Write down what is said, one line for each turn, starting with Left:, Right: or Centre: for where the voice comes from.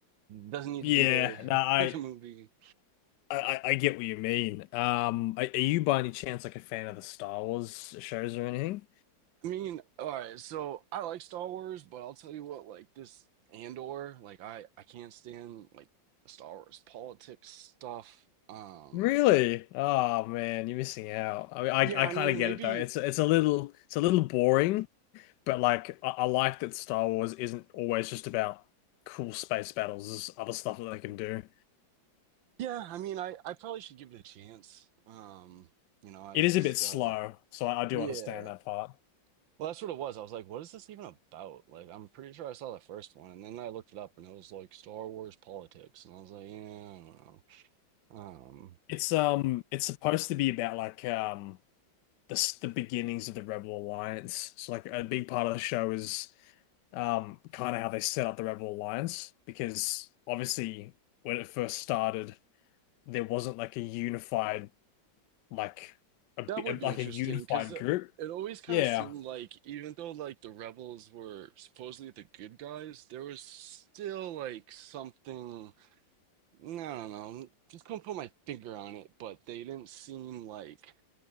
Right: doesn't need
Left: Yeah.
Right: to be there
Left: No, I
Right: <laughs> for the movie.
Left: I I I get what you mean. Um, are, are you by any chance like a fan of the Star Wars shows or anything?
Right: I mean, all right, so I like Star Wars, but I'll tell you what, like this Andor, like I I can't stand like the Star Wars politics stuff. Um
Left: Really? Oh man, you're missing out. I mean, I
Right: yeah, I
Left: I kind
Right: mean,
Left: of get
Right: maybe
Left: it though. It's it's a little it's a little boring. But like, I, I like that Star Wars isn't always just about cool space battles. There's other stuff that they can do.
Right: yeah, I mean, I I probably should give it a chance. Um, you know, I
Left: It
Right: just
Left: is a bit slow,
Right: uh
Left: so I, I do
Right: yeah.
Left: understand that part.
Right: Well, that's what it was. I was like, what is this even about? Like, I'm pretty sure I saw the first one, and then I looked it up, and it was like Star Wars politics, and I was like, yeah, I don't know. Um,
Left: It's um, it's supposed to be about like um the s- the beginnings of the Rebel Alliance. So like a big part of the show is um kind of how they set up the Rebel Alliance because obviously when it first started, there wasn't like a unified like a bi-
Right: That would be
Left: like
Right: interesting
Left: a unified
Right: because it
Left: group.
Right: always kind
Left: Yeah,
Right: of seemed like even though like the rebels were supposedly the good guys, there was still like something, I don't know, just couldn't put my finger on it, but they didn't seem like